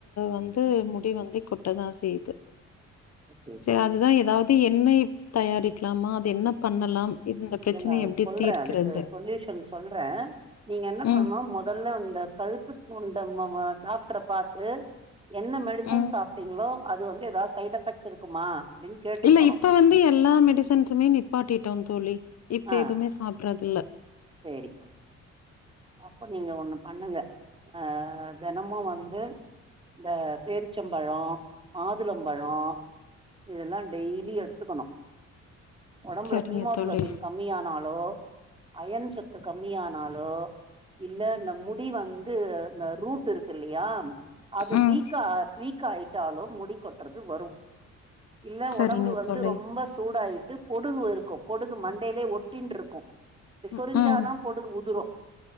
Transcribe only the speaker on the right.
ஓகே
இல்ல
இல்ல
சொல்றே
அதுக்கு சொல்யூஷன் சொல்றே நீங்க என்ன பண்ணனு
முதல்ல இந்த கழுத்துக்கு உண்டமவா தா <unintelligible> பாத்து என்ன மெடிசன்
சாப்பிட்டீங்ளோ அது வந்து எதாவது சைட் எஃபெக்ட் இருக்குமா அப்டின்னு கேட்ருக்கணு
ஆ
சேரி அப்ப நீங்க ஒண்ணு பண்ணுங்க அஹ் தெனமு வந்து இந்த பேரிச்சம்பழோ மாதுளம்பழோ இதெல்லா டெய்லி எடுத்துக்கணு ஒடம்புல
ஹீமோகுளோபின்
கம்மியானாலோ அயன் சத்து கம்மியானாலோ இல்லே இந்த முடி வந்து இந்த ரூட் ருக்கு இல்லியா அது
வீக்கா வீக்கா ஆயிட்டாலும் முடி கொட்றது வரு இல்ல
ஒடம்பு வந்து
ரொம்போ சூடாயி ட்டு பொடுகு இருக்கு பொடுகு மண்டேலே ஒட்டின்டுருக்கு சொரிஞ்சாதா
பொடுகு உதுரு